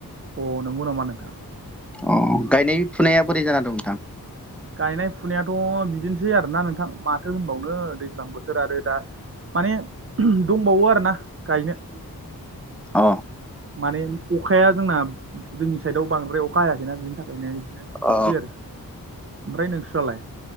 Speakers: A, on the right (about 40°); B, in the centre.
A: अ नंगौ नामा नोंथां
B: अ गायनाय-फुनाया बोरै जाना दं नोंथां
A: गायनाय-फुनायाथ' बिदिनोसै आरोना नोंथां माथो होनबावनो दैज्लां बोथोर आरो दा माने दंबावो आरोना गायनो
B: अ
A: माने अखाया जोंना जोंनि साइडआव बांद्राय अखा हायाखैना बिनि थाखायनो बिदिनोसै
B: औ
A: आरो ओमफ्राय नोंस्रालाय